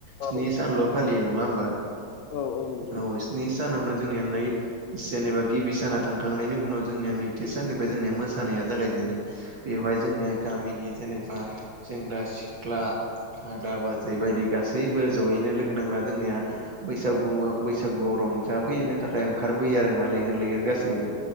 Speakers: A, on the left; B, on the right.
A: औ
B: स्नि सानल' फालियो। नङा होनब्ला
A: औ औ नंगौ
B: औ स्नि सानावनो जोंनिया नै जेनेबा गिबि साना थांखांनायनि उनाव जोंनिया नैथि साननिफ्राय जोंनिया मोसानाया जागाय बिदिनो बेवहाय जोंनिया
A: औ
B: गामिनि जेनेबा सेंग्रा सिख्ला आदा बाजै बायदि गासैबो जयैनो लोगो नांला जोंनिया बैसागु बैसागुआव रंजाफैनो थाखाय ओंखारबोयो आरोोना लैहोर लैहोर गासैबो